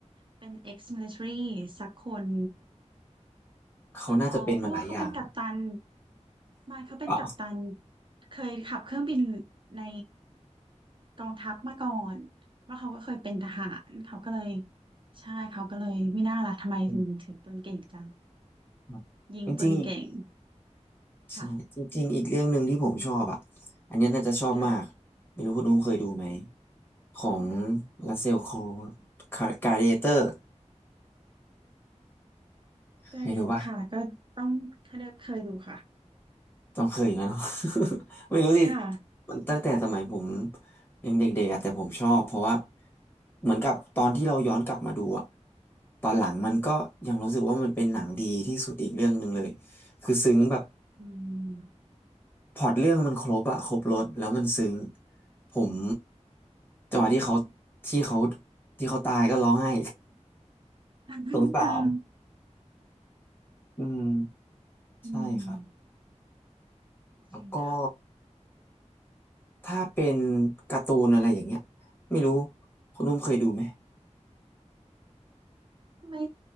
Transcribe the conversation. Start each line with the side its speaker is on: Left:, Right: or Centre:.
Right: เป็น ex-military สักคน
Left: เขาน่าจะเป็นมาหลายอย่างครับ
Right: อ๋อเพราะว่าเขาเป็นกัปตันไม่เขาเป็นกัปตัน
Left: อ๋อ
Right: เคยขับเครื่องบินในกองทัพมาก่อนว่าเขาก็เคยเป็นทหารเขาก็เลยใช่เขาก็เลยไม่น่าล่ะทำไมถึงถือปืนเก่งจัง
Left: อืมครับจริงๆอีก
Right: ยิงปืนเก่ง
Left: ใช่จริงๆอีกเรื่องหนึ่งที่ผมชอบอ่ะ
Right: ค่ะ
Left: อันเนี้ยน่าจะชอบมาก
Right: ค่ะ
Left: ไม่รู้คุณนุ้มเคยดูไหมของรัสเซลโครว์คาร์เดเตอร์
Right: แต่เด็ดค่ะก็ต้องเคยเคยดูค่ะ
Left: เคยดูป่ะ ต้องเคยอย่างนั้นหรอ <laughs> ไม่รู้สิ
Right: ค่ะ
Left: มันตั้งแต่สมัยผมยังเด็กๆอะแต่ผมชอบเพราะว่าเหมือนกับตอนที่เราย้อนกลับมาดูอะตอนหลังมันก็ยังรู้สึกว่ามันเป็นหนังดีที่สุดอีกเรื่องหนึ่งเลยคือซึ้งแบบ
Right: อืม
Left: พล็อตเรื่องมันครบอะครบรสแล้วมันซึ้งผมจังหวะที่เขาที่เขาที่เขาตายก็ร้องไห้
Right: ทานค่อนข้าง
Left: <laughs> สงสารอืม
Right: อืม
Left: ใช่ครับแล้วก็
Right: จริงค่ะ
Left: ถ้าเป็นการ์ตูนอะไรอย่างเงี้ยไม่รู้คุณนุ่มเคยดูไหม
Right: ไม่